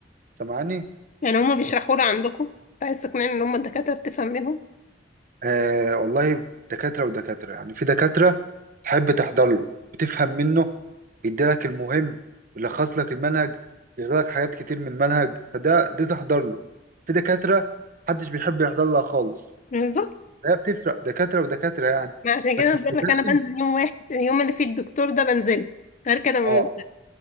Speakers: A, on the right; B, on the left.
A: سامعني
B: يعني هما بيشرحوا لي عندكم انت عايز تقنعني ان هما الدكاترة بتفهم منهم
A: آه والله دكاترة ودكاترة يعني في دكاترة تحب تحضر له بتفهم منه بيديلك المهم بيلخص لك المنهج بيغير لك حاجات كتير من المنهج فده ده تحضر له في دكاترة محدش بيحب يحضر لها خالص
B: بالظبط
A: هي بتفرق دكاترة ودكاترة يعني
B: ما عشان
A: بس
B: كده أنا
A: السكاشن
B: بقول لك انا بنزل يوم واحد اليوم اللي فيه الدكتور ده بنزله غير كده م-
A: اه